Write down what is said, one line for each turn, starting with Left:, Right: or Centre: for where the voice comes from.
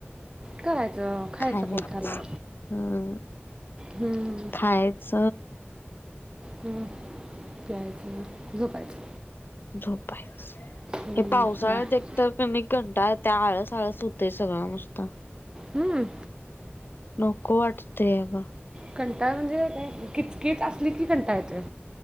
Right: करायचं. खायचं
Left: खायच
Right: पोटाला
Left: हं
Right: हम्म,
Left: खायच
Right: ह प्यायचं न झोपायचं.
Left: झोपायच.
Right: हम्म,
Left: हे पावसाळ्यात
Right: नाही
Left: एकतर कनय कंटाळत्या आळस आळस होतेय सगळा नुसता.
Right: हम्म.
Left: नको वाटतय अग.
Right: कंटाळा म्हणजे काय किचकीच असली की कंटाळा येतोय.